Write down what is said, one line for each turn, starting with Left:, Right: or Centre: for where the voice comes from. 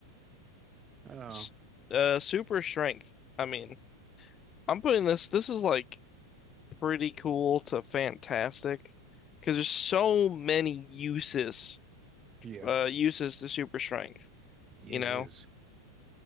Right: Oh, yeah,
Left: S- Uh, super strength. I mean, I'm putting this this is like pretty cool to fantastic because there's so many uses
Right: Yeah,
Left: uh uses to super strength,
Right: It
Left: you know?
Right: is.